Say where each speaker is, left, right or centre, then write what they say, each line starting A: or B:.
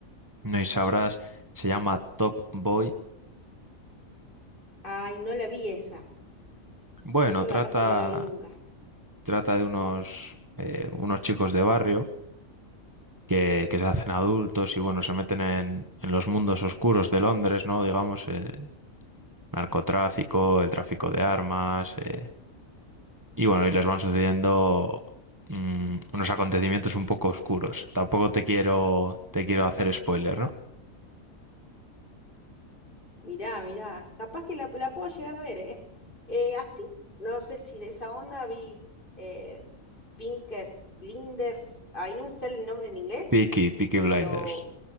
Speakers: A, on the right (about 15°); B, on the left (about 40°).
A: no y sabrás, se llama Top Boy.
B: Ay, no la vi esa.
A: Bueno,
B: Esa
A: trata
B: la verdad es que no la vi nunca.
A: Trata de unos, eh, unos chicos de barrio que, que se hacen adultos y bueno, se meten en, en los mundos oscuros de Londres, ¿no? Digamos, el narcotráfico, el tráfico de armas, eh, y bueno, y les van sucediendo mm, unos acontecimientos un poco oscuros. Tampoco te quiero, te quiero hacer spoiler, ¿no?
B: Mirá, mirá. Capaz que la, la puedo llegar a ver, ¿eh? Eh, así, no sé si de esa onda vi eh, Pinkers, Blinders. Ay, no me sale el nombre en inglés,
A: Peaky, Peaky
B: pero
A: Blinders.